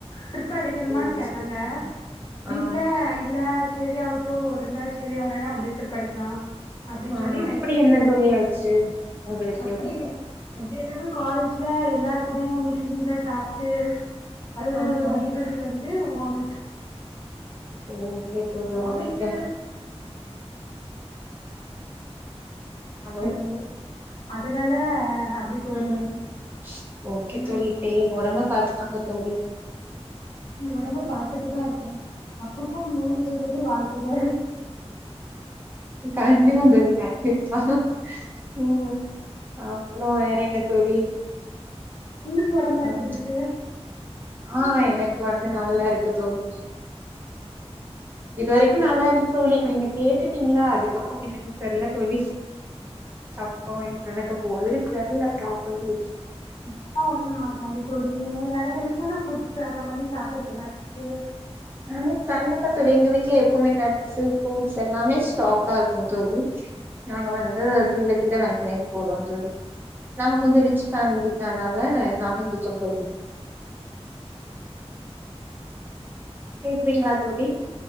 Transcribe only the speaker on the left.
திரிப்படிக்கணுமான்னு
கேட்டாங்க
வீட்ல
இல்ல சரியாவு ட்டோ ரெண்டாவது செரி ஆவளனா வந்துட்டு ட்ரிப் படிக்கலா அப்டின்
சொல்லி
நைட்டு
கூ
அப்டியே அப்டில்லன்னா காலேஜ்ல எல்லாரு கூடயு மிஷின்ல சாப்ட்டு அது வந்து
ஒரு
வைப் ற்று வலி வந்து வாமிட்
வாமிட்டு
என்னவோ அதனால அப்டி தோழி
ம்
ஒடம்ப பாத்துட்டுதா இருக்கே அப்ப அப்ப நோய் வருது வாரத்துல
உங்குளுக்கு ஒடம்புலா
எப்டி இருக்கு
ம்
அப்பா ஒண்ணும் ஆகாது தோழி நீங்க வேற நல்ல ஹெல்த்தியான ஃபுட்ஸ் அந்த மாரி சாப்டுங்க நட்ஸ்